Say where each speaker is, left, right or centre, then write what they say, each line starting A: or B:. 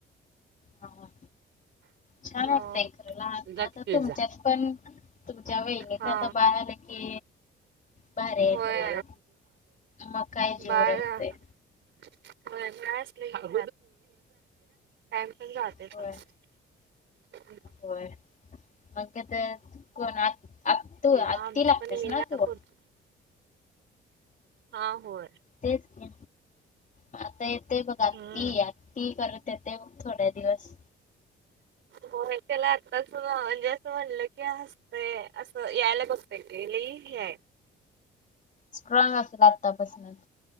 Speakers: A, on the left; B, on the right.
A: हा. छान
B: हो.
A: वाटतय खर लहान
B: जा
A: आता
B: की पित
A: तुमच्यात
B: जा.
A: पण तुमच्या वहिनीचा
B: हा
A: आता बाळ आल की भारी आहे
B: होय
A: तुम्हाला मग काय जीव
B: बाळ
A: रमतंय
B: <unintelligible> टाईम पण जाते
A: होय
B: फास्ट
A: होय मग तर कोण आ तू
B: एकदा
A: आत्ती
B: आमची
A: लागतेस
B: पण येईल
A: ना
B: आता
A: तु.
B: पुढची हा होय.
A: तेच ते आता येते बघा आतीआती
B: हम्म.
A: करत येते थोड्या दिवस
B: होय त्याला तस म्हणजे असं म्हटलं की हसतेय असं यायला बघतय लई हे हाय.
A: स्ट्रॉग असेल आत्तापासूनच